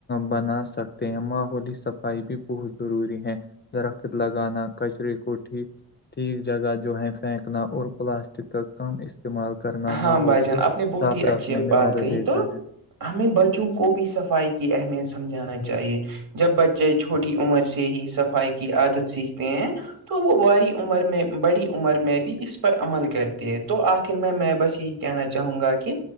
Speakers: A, on the left; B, on the right.
A: بنا سکتے ہیں ماحولی صفائی بھی بہت ضروری ہے درخت لگانا کچرے کوٹھی ٹھیک جگہ جو ہے پھینکنا اور پلاسٹ کا کم استعمال کرنا
B: ہاں
A: ماحول
B: بھائی جان
A: کو
B: آپ نے بہت
A: صاف
B: ہی اچھی
A: رکھنے میں
B: بات
A: مدد
B: کہی
A: دیتا
B: تو
A: ہے
B: ہمیں بچوں کو بھی صفائی کی اہمیت سمجھانا
A: بالکل
B: چاہیے جب بچے چھوٹی عمر سے ہی صفائی کی عادت سیکھتے ہیں تو وہ واری عمر میں بڑی عمر میں بھی اس پر عمل کرتے تو آخر میں میں بس یہی کہنا چاہوں گا کہ